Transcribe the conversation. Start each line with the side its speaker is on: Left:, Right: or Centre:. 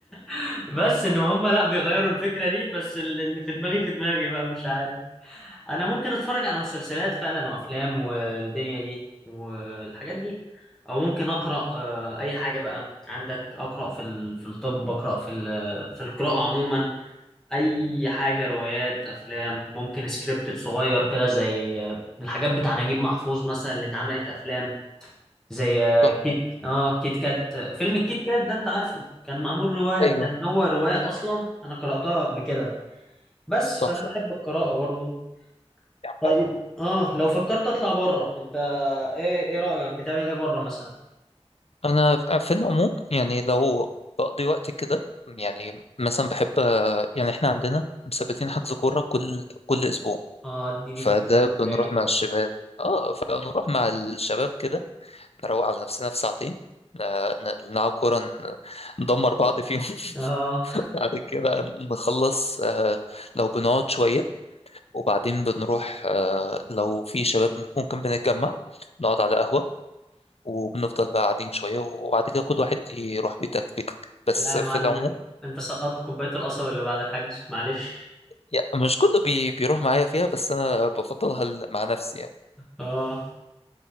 Centre: <laughs> بس ان هم لا بيغيروا الفكره دي بس اللي في دماغي في دماغي بقى مش عارف انا ممكن اتفرج على مسلسلات فعلا وافلام والدنيا دي والحاجات دي او ممكن اقرا آه، اي حاجه بقى عندك اقرا في ال- في الطب اقرا في ال- في القراءه عموما اي حاجه روايات افلام ممكن سكريبت صغير كده زي آه، الحاجات بتاع نجيب محفوظ مثلا اللي اتعملت افلام زي آه،
Left: تحفة
Centre: كيت اه كيت كات آه، فيلم الكيت كات ده انت عارفه كان معمول روايه
Left: ايوه
Centre: كان هو روايه اصلا انا قراتها قبل كده بس فانا
Left: تحفة
Centre: بحب القراءه برضو
Left: يعني
Centre: طيب اه لو فكرت اطلع بره انت ايه ايه رايك بتعمل ايه بره مثلا
Left: انا في في العموم يعني لو بقضي وقت كده يعني مثلا بحب يعني احنا عندنا مثبتين حجز كورة كل كل اسبوع
Centre: اه اديني
Left: فده
Centre: في الكلام
Left: بنروح
Centre: الرايق
Left: مع الشباب اه فبنروح مع الشباب كده نروق على نفسنا في ساعتين ن- ن- نلعب كورة ن- ندمر بعض فيهم <laughs>
Centre: اه
Left: بعد كده نخلص آه، لو بنقعد شوية وبعدين بنروح آه، لو في شباب ممكن بنتجمع نقعد على قهوة وبنفضل بقى قاعدين شوية وبعد كده كل واحد يروح بيتك بيتك بس
Centre: لا يا
Left: في
Centre: معلم
Left: العموم
Centre: انت أنت سقطت كوبايه القصب اللي بعد الحجز معلش
Left: يعني مش كله بي بيروح معايا فيها بس أنا بفضلها ل- مع نفسي يعني
Centre: اه